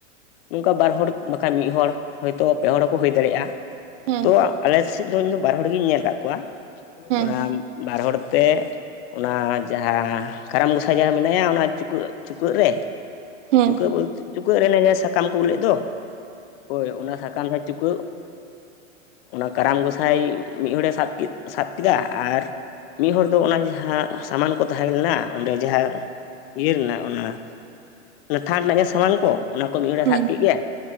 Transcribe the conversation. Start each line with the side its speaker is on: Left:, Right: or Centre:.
Left: ᱚᱝᱠᱟ ᱵᱟᱨ ᱦᱚᱲ ᱵᱟᱠᱷᱟᱡ ᱢᱤᱫ ᱦᱚᱲ ᱦᱚᱭᱛᱳ ᱯᱮ ᱦᱚᱲ ᱦᱚᱸᱠᱚ ᱦᱩᱭ ᱫᱟᱲᱮᱭᱟᱜᱼᱟ᱾
Right: ᱦᱮᱸ
Left: ᱛᱚ ᱟᱞᱮ ᱥᱮᱫ ᱫᱚ ᱤᱧᱫᱚ ᱵᱟᱨ ᱦᱚᱲ ᱜᱤᱧ ᱧᱮᱞ ᱠᱟᱫ ᱠᱚᱣᱟ, ᱚᱱᱟ
Right: ᱦᱮᱸ
Left: ᱵᱟᱨ ᱦᱚᱲ ᱛᱮ ᱚᱱᱟ ᱡᱟᱦᱟᱸ ᱠᱟᱨᱟᱢ ᱜᱚᱸᱥᱟ ᱡᱟᱦᱟᱸ ᱢᱮᱱᱟᱭᱟ ᱚᱱᱟ ᱪᱩᱠᱟᱹᱜ ᱪᱩᱠᱟᱹᱜ ᱨᱮ
Right: ᱦᱮᱸ ᱦᱮᱸ
Left: ᱪᱩᱠᱟᱹᱜ ᱵᱚᱞᱛᱮ ᱪᱩᱠᱟᱹᱜ ᱨᱮ ᱥᱟᱠᱟᱢ ᱠᱚ ᱡᱩᱫ ᱞᱮᱫ ᱫᱚ, ᱦᱳᱭ ᱚᱱᱟ ᱥᱟᱠᱟᱢ ᱨᱮ ᱪᱩᱠᱟᱹᱜ ᱚᱱᱟ ᱠᱟᱨᱟᱢ ᱜᱚᱸᱥᱟᱭ ᱢᱤᱫ ᱦᱚᱲᱮ ᱥᱟᱵ ᱠᱮᱫ ᱥᱟᱵ ᱠᱮᱫᱟ, ᱟᱨ ᱢᱤᱫ ᱦᱚᱲ ᱫᱚ ᱚᱱᱟ ᱡᱟᱦᱟᱸ ᱥᱟᱢᱟᱱ ᱠᱚ ᱛᱟᱦᱮᱸ ᱞᱮᱱᱟ ᱚᱸᱰᱮ ᱡᱟᱦᱟᱸ ᱤᱭᱟᱹ ᱞᱮᱱᱟᱜ ᱚᱱᱟ ᱚᱱᱟ ᱛᱷᱟᱱ ᱨᱮᱱᱟᱜ ᱜᱮ ᱥᱟᱢᱟᱱ ᱠᱚ ᱚᱱᱟ ᱠᱚ ᱢᱤᱫ
Right: ᱦᱮᱸ
Left: ᱦᱚᱲᱮ ᱥᱟᱵ ᱠᱮᱫ ᱜᱮᱭᱟ,